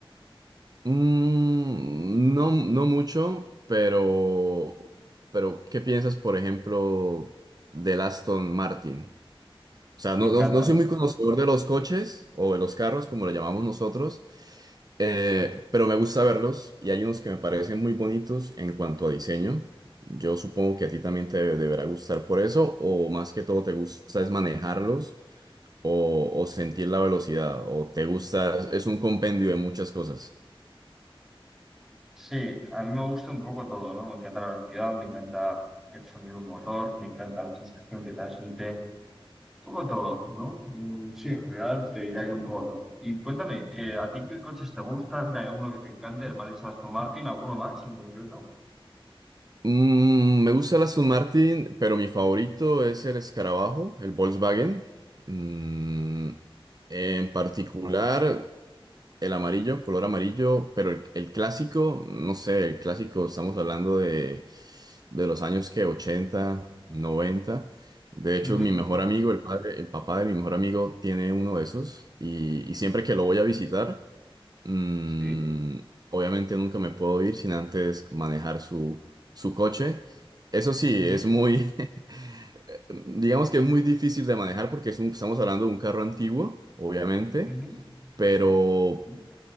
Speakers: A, on the right; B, in the centre.
A: Mm, no, no mucho, pero, pero ¿qué piensas, por ejemplo, del Aston Martin? O sea,
B: Me
A: no,
B: encanta.
A: no, no soy muy conocedor de los coches o de los carros, como lo llamamos nosotros, eh, pero me gusta verlos y hay unos que me parecen muy bonitos en cuanto a diseño. Yo supongo que a ti también te debe- deberá gustar por eso, o más que todo te gusta es manejarlos o, o sentir la velocidad, o te gusta, es un compendio de muchas cosas.
B: Sí, a mí me gusta un poco todo, ¿no? Me encanta la velocidad, me encanta el sonido del motor, me encanta la sensación que transmite, un poco todo, ¿no? Mm, Sí, en general te diría que un poco todo. Y cuéntame, eh, ¿a ti qué coches te gustan? ¿Hay alguno que te encante? ¿El Maris Aston Martin? ¿Alguno más en concreto?
A: Mm, me gusta la Aston Martin, pero mi favorito es el escarabajo, el Volkswagen. Mm, en particular. El amarillo, color amarillo, pero el, el clásico, no sé, el clásico, estamos hablando de, de los años que ochenta noventa De hecho,
B: Ujú,
A: mi mejor amigo, el padre, el papá de mi mejor amigo, tiene uno de esos y, y siempre que lo voy a visitar, mm,
B: Sí.
A: obviamente nunca me puedo ir sin antes manejar su, su coche. Eso sí,
B: ujú,
A: es muy, <laughs> digamos que es muy difícil de manejar porque es un- estamos hablando de un carro antiguo, obviamente,
B: ujú,
A: pero
B: ujú,